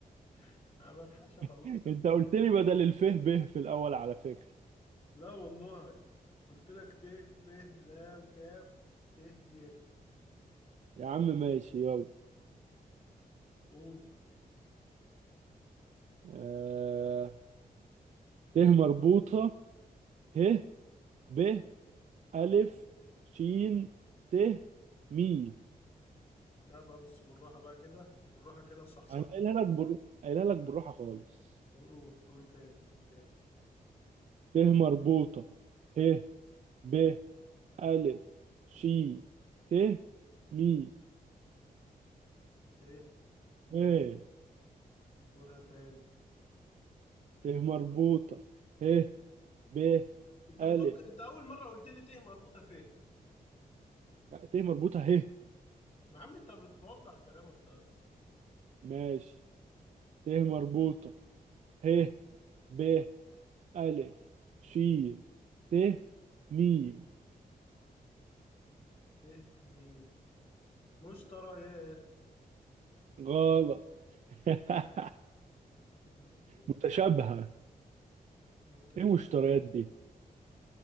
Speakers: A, on the left; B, on the right.
A: <laughs> انا بلحقش اخلصها
B: <laughs> أنت قلت لي بدل الف ب في الأول على فكرة
A: لا والله قلت لك ت ف لام كاف ت ي
B: يا عم ماشي يلا
A: قول
B: آه... ت مربوطة ه ب ألف شين ت ميم
A: لا بقى بص بالراحة بقى كده بالراحة كده وصحصح
B: انا قايلها
A: لي
B: لك بر... قايلها لك بالراحه خالص
A: طب قول قول تاني قول تاني
B: ت مربوطه ه ب الف ش ت مي
A: ت
B: م
A: مين قولها تاني
B: ت مربوطه ه ب
A: انت
B: الف
A: بتقول انت اول مرة قلت لي ت مربوطة ف
B: لا ت مربوطه ه
A: ما عم انت بتوضح كلامك طيب
B: ماشي ت مربوطه ه ب الف ش ت ميم
A: متهمين مشتريات
B: غلط <laughs>
A: م-
B: متشابهه
A: متش
B: ايه المشتريات دي